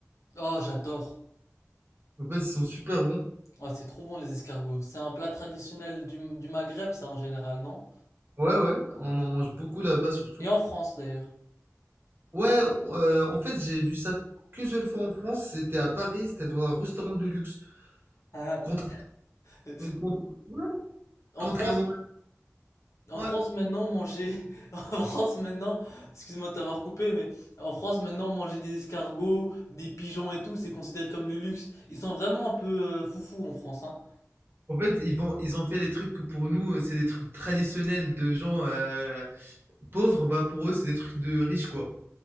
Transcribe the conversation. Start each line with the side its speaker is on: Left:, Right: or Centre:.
Left: Oh, j'adore.
Right: En fait, ils sont super bons.
Left: Oh, c'est trop bon, les escargots. C'est un plat traditionnel du, du Maghreb, ça, en général, non?
Right: Ouais, ouais, on en mange beaucoup là-bas surtout.
Left: Et en France, d'ailleurs.
Right: Ouais, euh, en fait, j'ai vu ça qu'une seule fois en France. C'était à Paris, c'était dans un restaurant de luxe.
Left: Ah,
Right: Contra-
Left: euh,
Right: euh, con- ouais,
Left: En
Right: Contrairement...
Left: France, en
Right: ouais,
Left: France, maintenant, manger, <laughs> en France, maintenant, excuse-moi de t'avoir coupé, mais en France, maintenant, manger des escargots, des pigeons et tout, c'est considéré comme le luxe. Ils sont vraiment un peu euh, foufous en France, hein.
Right: En fait, ils vont, ils ont fait des trucs que pour nous, euh, c'est des trucs traditionnels de gens euh, pauvres. Bah, pour eux, c'est des trucs de riches, quoi.